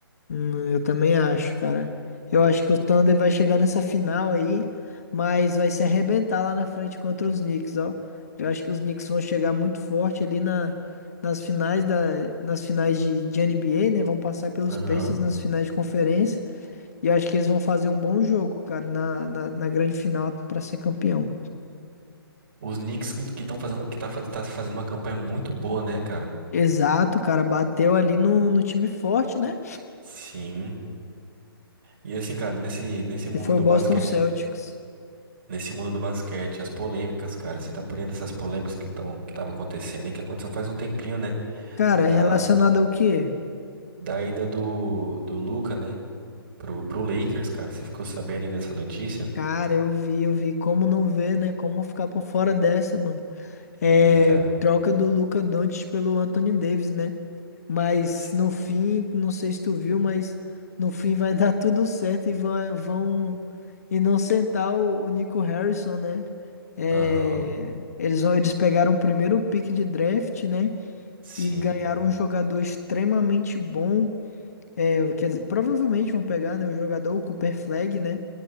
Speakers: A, on the left; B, on the right.
A: Hum, eu também acho, cara. Eu acho que o Thunder vai chegar nessa final aí, mas vai se arrebentar lá na frente contra os Knicks, ó. Eu acho que os Knicks vão chegar muito forte ali na, nas finais da, nas finais de, de NBA, né? Vão passar pelos
B: Aham.
A: Pacers nas finais de conferência. E eu acho que eles vão fazer um bom jogo, cara, na, na, na grande final pra ser campeão.
B: Os Knicks que estão fazendo, que tá, fa- tá fazendo uma campanha muito boa, né, cara?
A: Exato, cara. Bateu ali no, no time forte, né?
B: Sim. E assim, cara, nesse, nesse mundo
A: Que foi
B: do
A: o Boston
B: basquete,
A: Celtics.
B: nesse mundo do basquete, as polêmicas, cara, você tá por dentro dessas polêmicas que estão, que tava acontecendo aí, que aconteceu faz um tempinho, né?
A: Cara,
B: da,
A: é relacionado ao quê?
B: da ida do, do Luka, né, pro, pro Lakers, cara. Você ficou sabendo aí dessa notícia?
A: Cara, eu vi, eu vi como não ver, né? Como ficar por fora dessa, mano. É,
B: Sim, cara.
A: troca do Luka Doncic pelo Anthony Davis, né? Mas
B: S-
A: no fim, não sei se tu viu, mas no fim vai <laughs> dar tudo certo e vai- vão inocentar o, o Nico Harrison, né? É,
B: Aham,
A: eles, vão- eles pegaram o primeiro pick de draft, né?
B: sim,
A: E ganharam um jogador extremamente bom. É, quer dizer, provavelmente vão pegar, né, o jogador, o Cooper Flag, né?